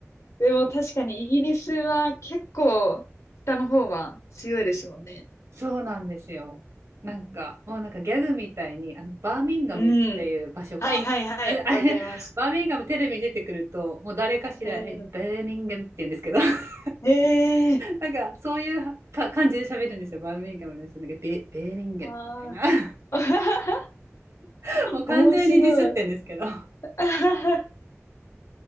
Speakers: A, on the left; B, on the right.
A: でも確かにイギリスは結構下の方は強いですもんね。
B: そうなんですよ。なんか、
A: うん。
B: もうなんかギャグみたいに、あの、バーミンガムっていう場所が、
A: うんはいはいはい。
B: あれ、あれ、
A: わかります。
B: バーミンガムテレビに出てくると、もう誰かしら、
A: うん。
B: えバーミンガムって言うんですけど、<laughs>
A: ええー
B: なんかそういうか感じで喋るんですよ。バーミンガムの人なんか、ベ、ベーミンガムみたいな。
A: ああ
B: <laughs>
A: <laughs>
B: もう完全にディスってんですけど。
A: 面白い。<laughs>